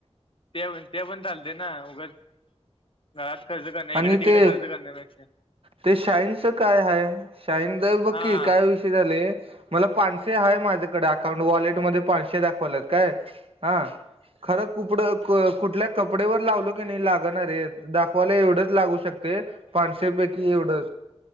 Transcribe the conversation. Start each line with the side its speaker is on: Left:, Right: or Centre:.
Left: ते पण ते पण चालते ना उगच घरात खर्च करणं इकडे
Right: आणि
Left: तिकडे
Right: ते
Left: खर्च करण्यापेक्षा
Right: ते शाईनच काय हाय, शाईन द बग
Left: हा
Right: की काय विषय झाले. मला पानशे हाहे माझ्याकडे अकाउंट वॉलेटमध्येध्ये पाचशे दाखवलेत काय. हा खर कुपड कुठल्या कपडे्यावर लावलो की नाही लागणारे, दाखव फले एवढंच लागू शक ते पाचशे पैकी एवढंच.